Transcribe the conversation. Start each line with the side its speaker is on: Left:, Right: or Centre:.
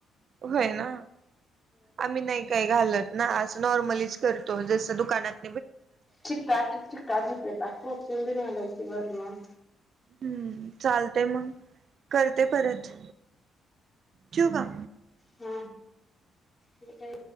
Right: होय ना आम्ही नाही काय घालत. ना असं नॉर्मलीच करतो. जसं दुकानात
Left: चिकाट-चिकाट होतेयचा खूप कोथींबीर घालायची वरण.
Right: हम्म चालतेय मग, करते परत. ठिऊ का?
Left: हा, आणि काही.